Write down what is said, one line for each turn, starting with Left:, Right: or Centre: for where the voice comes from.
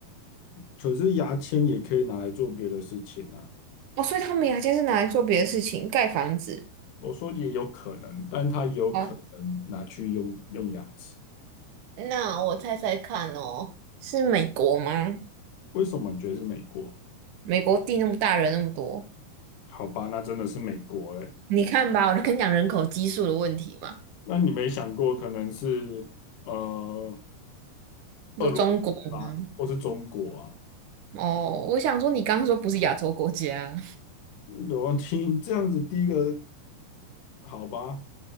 Left: 可是牙签也可以拿来做别的事情啊。
Right: 哦，所以他们牙尖是拿来做别的事情，盖房子。
Left: 我说也有可能，但它有可能拿去用用牙齿。
Right: 哦，那我猜猜看哦，是美国吗？
Left: 为什么你觉得是美国？
Right: 美国地那么大，人那么多。
Left: 好吧，那真的是美国诶、
Right: 你看吧，我就跟你讲人口基数的问题嘛。
Left: 那你没想过可能是呃
Right: 你说中国吗？
Left: 俄罗斯吗，或是中国啊？
Right: 哦，我想说你刚刚说不是亚洲国家，
Left: 我听这样子，第一个好吧，